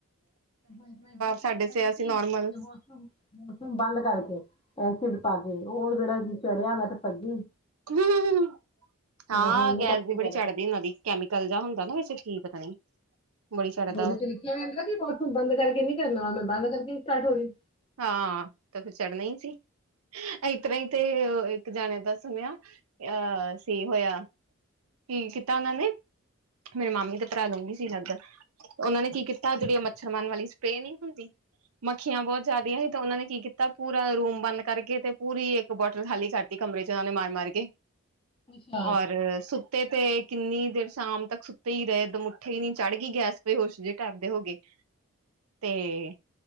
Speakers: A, on the left (about 25°); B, on the right (about 80°).
A: ਸਾਫ਼
B: ਸਾਡੇ
A: ਕਰ
B: ਸੇ
A: ਰਹੀ ਸੀ,
B: ਅਸੀਂ ਨੋਰਮਲ
A: ਤੇ ਵਾਸ਼ ਰੂਮ ਬੰਦ ਕਰਕੇ ਐਸਿਡ ਪਾ ਕੇ ਤੇ ਉਹ ਜਿਹੜਾ ਜੀ ਚੜਿਆ ਮੈਂ ਤੇ ਭਜੀ
B: ਹੰਹੰਹੰ ਹਾਂ
A: ਹੁਣ ਨਹੀਂ
B: ਗੈਸ
A: ਕਰਨਾ
B: ਦੀ
A: ਦੁਬਾਰਾ
B: ਬੜੀ ਚੜ੍ਹਦੀ ਉਹਨਾਂ ਦੀ, ਕੈਮੀਕਲ ਜਿਹਾ ਹੁੰਦਾ ਨਾ ਵਿੱਚ ਕੀ ਪਤਾ ਨੀ ਬੜੀ ਚੜ੍ਹਦਾ
A: ਉਹਦੇ
B: ਉਹ
A: ਚ ਲਿਖਿਆ ਜਾਂਦਾ ਕਿ ਬਾਥਰੂਮ ਬੰਦ ਕਰਕੇ ਨੀ ਕਰਨਾ ਉਨੇ ਬੰਦ ਕਰਕੇ ਸਟਾਰਟ ਹੋ ਗਈ
B: ਹਾਂ ਤੇ ਫਿਰ ਚੜ੍ਹਨਾ ਈ ਸੀ ਏਸ ਤਰ੍ਹਾਂ ਈ ਤੇ ਇੱਕ ਜਾਣੇ ਦਾ ਸੁਣਿਆ, ਅਹ ਸੀ ਹੋਇਆ ਕੀ ਕੀਤਾ ਉਹਨਾਂ ਨੇ? ਮੇਰੇ ਮਾਮੀ ਤੇ ਭਰਾ ਲੂੰਘੀ ਸੀ ਲੱਗਦੇ, ਉਹਨਾਂ ਨੇ ਕੀ ਕੀਤਾ ਜਿਹੜੀ ਆ ਮੱਛਰਮਾਨ ਵਾਲੀ ਸਪਰੇਅ ਨੀ ਹੁੰਦੀ ਮੱਖੀਆਂ ਬਹੁਤ ਜ਼ਿਆਦੀਆਂ, ਤੇ ਉਹਨਾਂ ਨੇ ਕੀ ਕੀਤਾ ਪੂਰਾ ਰੂਮ ਬੰਦ ਕਰਕੇ ਤੇ ਪੂਰੀ ਇੱਕ ਬੋਟਲ ਖਾਲੀ ਕਰਤੀ ਕਮਰੇ ਚ ਉਹਨਾਂ ਨੇ ਮਾਰ ਮਾਰ ਕੇ,
A: ਅੱਛਾ
B: ਔਰ, ਸੁਤ ਤੇ ਕਿੰਨੀ ਦੇਰ ਸ਼ਾਮ ਤੱਕ ਸੁੱਤੇ ਈ ਰਹੇ ਇਕ ਦਮ ਉਠੇ ਹੀ ਨੀ, ਚੜ੍ਹ ਗਈ ਗੈਸ ਬੇਹਸ਼ ਜਿਹੇ ਟਾਈਪ ਦੇ ਹੋ ਗੇ ਤੇ,